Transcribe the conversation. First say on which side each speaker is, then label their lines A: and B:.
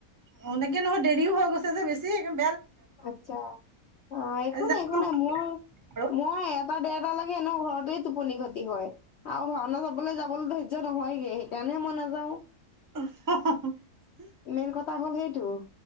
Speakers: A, on the right (about 20°); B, on the left (about 60°).
A: অ এনেকে নহয় দেৰিও হৈ গৈছে যে বেছি সেইকাৰণে
B: আচ্ছা অ একো
A: আজি যাম
B: নাই একো
A: নহয়
B: নাই মোৰ
A: আৰু
B: মই এটা দেৰটা লৈকে এনেও ঘৰতে টোপনি খতি হয়, আৰু ভাওনা চাবলৈ যাবলৈ ধৰ্য নহয়গে। সেইকাৰণে নে মই নাযাওঁ।
A: অহ হহ <unintelligible>
B: মেইন কথা হ'ল সেইটো